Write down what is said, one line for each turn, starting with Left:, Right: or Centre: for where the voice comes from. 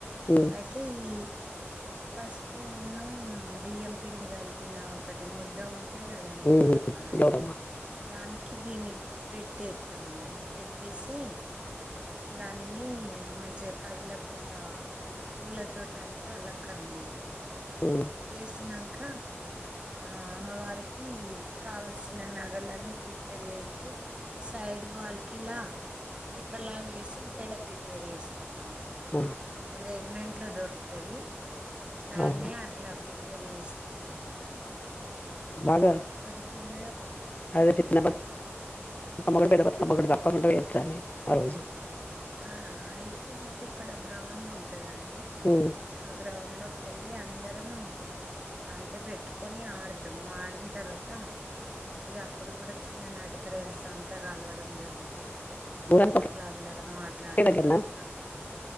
Left: ఉమ్
Right: అయితే ఈ పసుపునూ, బియ్యం పిండి కలిపిన ఒకటి ముద్ద ఉంటది కదండి
Left: ఉమ్
Right: గౌరమ్మ లాగా
Left: గౌరమ్మ
Right: దానికి దీన్ని పెట్టేత్తం అన్నట్టు పెట్టేసి ఇంగ అన్ని మంచిగా కదలకుంటా పూలతోటి అంతా అలంకరణ చెత్తం
Left: ఉమ్
Right: చేసినంక ఆ అమ్మవారికి కావల్సిన నగలన్నీ ప్రిపేర్ చేయించి, సైడ్ వాల్ కి ఇలా షికా లాగేసి జడ ప్రిపేర్ చేస్తామండి
Left: ఆ
Right: రెడ్మెంట్ ట్లో దొరుకుతుంది దాన్నే
Left: అవును
Right: అట్లా ప్రిపేర్ చేస్తమండి
Left: బాగా
Right: ఒకటి చిన్నది ఒకటి
Left: అదే చిన్న బతుకమ్మ గూడ పెద్ద బతుకమ్మ గూడ తప్పకుండా పెట్టాలి ఆ రోజు.
Right: ఆ అయితే మాకు ఇక్కడ గ్రౌండ్ ఉంటదండి
Left: ఉమ్
Right: ఆ గ్రౌండ్ లో కెళ్ళి అందరమూ అంటే పెట్టుకొని ఆడుతము ఆడిన్ తర్వాత, ఇగ అప్పుడు కూడా చిన్ననాటి ఫ్రెన్స్ అంతా కలవడం జరుగుతది.
Left: ఊరంతా
Right: అట్ల అందరం మాట్లాడుకొని
Left: ఒకే దగ్గరనా
Right: కలు